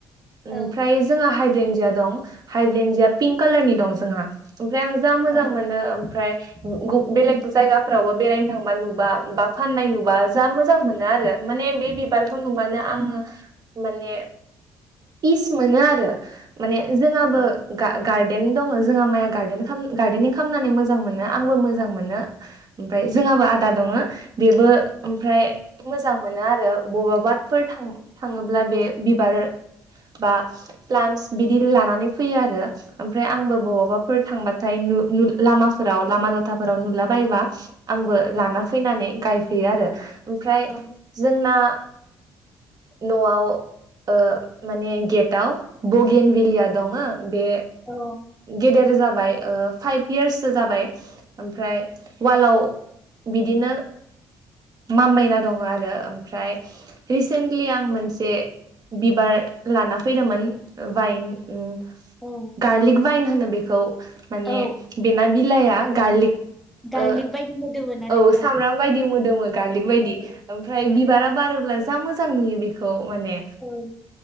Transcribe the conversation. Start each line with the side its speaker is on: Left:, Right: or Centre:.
Right: ओमफ्राय
Centre: औ
Right: जों हाइद्रेन दं हाइद्रन्दिया पिंक कालारनि दं जोंहा ओमफ्राय आं जा मोजां
Centre: औ
Right: मोनो ओमफ्राय गुबुन बेलेग जायगाफोरावबो बेरायनो थांबा नुबा बा फाननाय नुबा जा मोजां मोनो आरो माने बे बिबारखौ
Centre: औ
Right: नुबानो आङो माने फिच मोनो आरो माने जोंहाबो
Centre: औ
Right: गा गा गार्देन दंङो जोंहा माइया गार्देन खालाम गार्देनिं खामनानै मोजां मोनो आंबो मोजां मोनो ओमफ्राय जोंहाबो आदा दङो बेबो ओमफ्राय मोजां मोनो आरो बबावबाफोर थां थाङोब्ला बे बिबार बा प्लान्स बिदि लानानै फैयो आरो ओमफ्राय आंबो बबावबाफोर थांबाथाय नु नु लामाफोराव लामा दथा फोराव नुला बायोबा आंबो लाना फैनानै गायफैयो आरो ओमफ्राय
Centre: औ
Right: जोंना न'आव ओ माने गेट दाव बगेन भेलिया दङो बे
Centre: औ
Right: गेदेर जाबाय। ओ फाइभ इयार्ससो जाबाय ओमफ्राय उवालाव बिदिनो मामबायना दङो आरो ओमफ्राय रिसेन्टलि आं मोनसे बिबार लाना फैदोंमोन वाइन। उम
Centre: औ
Right: गारलिक बाइन होनो बेखौ। माने
Centre: औ
Right: बेना बिलाइया गारलिक
Centre: गार्लिक
Right: ओ
Centre: बायदि मोदोमो ना
Right: औ
Centre: नोंथां
Right: सामब्राम बायदि मोदोमो गार्लिक बायदि
Centre: औ
Right: ओमफ्राय
Centre: औ
Right: बिबारा बार जा मोजां नुयो बेखौ माने
Centre: औ